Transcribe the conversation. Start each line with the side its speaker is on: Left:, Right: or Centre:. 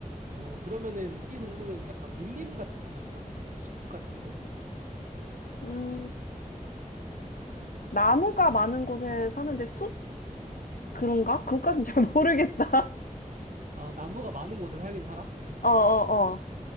Right: 어, 그러면은 이 동물은 약간 밀림 같은 곳에 사나? 숲 같은 곳?
Left: 음, 나무가 많은 곳에 사는데 숲? 그런가? 그것까진 잘 모르겠다.
Right: 아, 나무가 많은 곳에 살긴 살아?
Left: <laughs> 어, 어, 어.